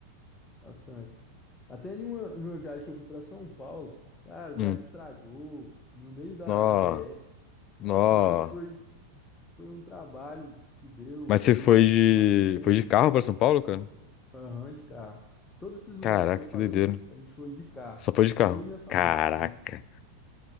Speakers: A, on the left; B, on the left.
A: bastante. Até em uma, em uma viagem que eu fui para São Paulo, cara, o
B: Hum.
A: carro estragou no meio da,
B: Nó,
A: da BR.
B: nó.
A: Nossa, mas foi, foi um trabalho que deu,
B: Mas você foi
A: teve que
B: de,
A: chamar gente,
B: foi de carro pra São Paulo, cara?
A: aham, de carro. Todos esses lugares
B: Caraca,
A: que eu falei,
B: que doideira.
A: a gente foi de carro.
B: Só foi de carro.
A: Foi eu e minha família.
B: Caraca.
A: Isso.